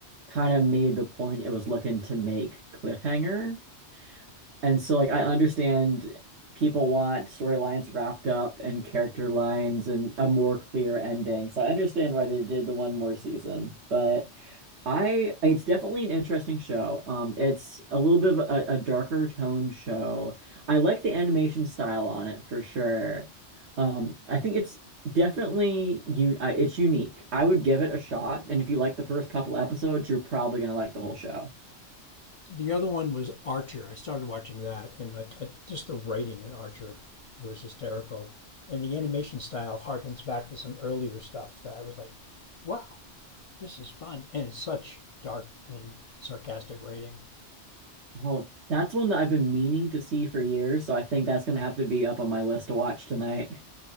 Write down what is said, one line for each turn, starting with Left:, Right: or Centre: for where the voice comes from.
Right: kind of made the point it was looking to make cliffhanger. And so like I understand people want storylines wrapped up and character lines and a more clear ending. So I understand why they did the one more season. But I it's definitely an interesting show. Um it's a little bit of a, a darker tone show. I like the animation style on it for sure. Um I think it's definitely you uh, it's unique. I would give it a shot and if you like the first couple episodes, you're probably going to like the whole show.
Left: The other one was Archer. I started watching that, and like I, just the writing in Archer was hysterical, and the animation style harkens back to some earlier stuff that I was like, "Wow, this is fun!" And it's such dark and sarcastic writing.
Right: Oh, that's one that I've been meaning to see for years, so I think that's gonna have to be up on my list to watch tonight.